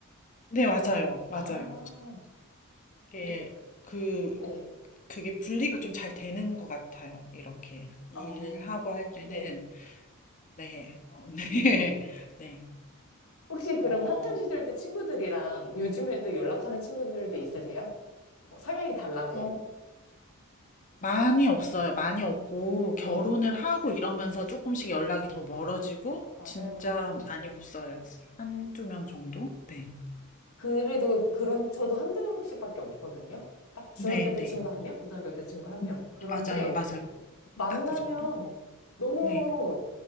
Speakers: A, on the left; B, on the left.
A: 네 맞아요. 맞아요.
B: 아,
A: 그렇게
B: 네,
A: 그
B: 네.
A: 네. 그게 분리가 좀 잘 되는 것 같아요. 이렇게 일하고
B: 어,
A: 할 때는
B: 네.
A: 네. 어 <laughs> 네. 네.
B: 혹시 그럼
A: 어
B: 학창 시절 때 친구들이랑 요즘에도 연락하는 친구들도 있으세요? 뭐 성향이 달라도.
A: 어 많이 없어요. 많이 없고 결혼을
B: 네,
A: 하고 이러면서 조금씩 연락이 더 멀어지고
B: 맞아요.
A: 진짜 많이
B: 네.
A: 없어요. 한 두 명 정도? 네.
B: 그래도 그런, 저도 한두 명씩밖에 없거든요. 딱 중학교
A: 네네.
B: 때 친구 한 명, 고등학교 때 친구 한 명.
A: 음.
B: 그런데
A: 맞아요, 맞아요.
B: 만나면
A: 딱 그 정도?
B: 너무
A: 네.